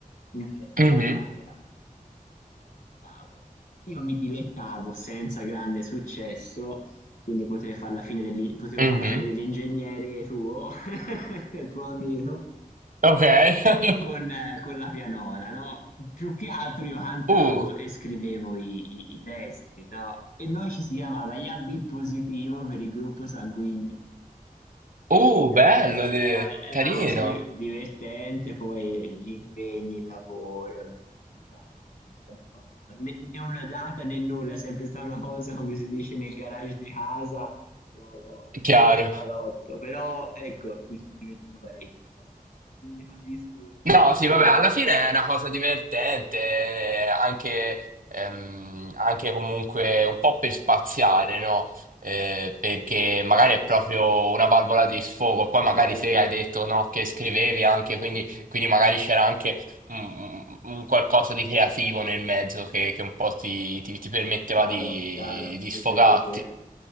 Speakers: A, on the left; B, on the right.
A: in effetti
B: mhm,
A: la chitarra era parecchio bravo. Io mi dilettavo senza grande successo, quindi potrei far la fine dell'in- potevo
B: mhm.
A: fare la fine dell'ingegnere tuo, <laughs> tuo amico
B: Ok. <laughs>
A: con, eh, con la pianola, no? Più che altro io cantavo
B: Uh,
A: e scrivevo i, i- i testi, no? E noi ci si chiamava gli AB positivo per il gruppo sanguigno.
B: uh,
A: Però
B: bello,
A: ecco,
B: de-
A: è, è
B: carino.
A: una cosa di- divertente, poi gli impegni, il lavoro, l'università, non non sembra fatto né, né una data né nulla, è sempre stata una cosa, come si dice, nel garage di casa o,
B: Chiaro.
A: o in salotto. Però ecco, mi sono divertito parecchio questa volta, quindi capisco
B: No, sì,
A: che...
B: vabbè, alla fine
A: eh,
B: è una cosa divertente, eh, anche, ehm, anche comunque un po' per spaziare, no? Eh, perché magari è proprio una valvola di sfogo, poi magari
A: Certo.
B: se hai detto no, che scrivevi anche, quindi, quindi magari c'era anche un, un qualcosa di creativo nel mezzo che, che un po' ti, ti- ti permetteva
A: Chiaro,
B: di,
A: chiaro,
B: di
A: sì,
B: sfogarti.
A: sì, sì, sì.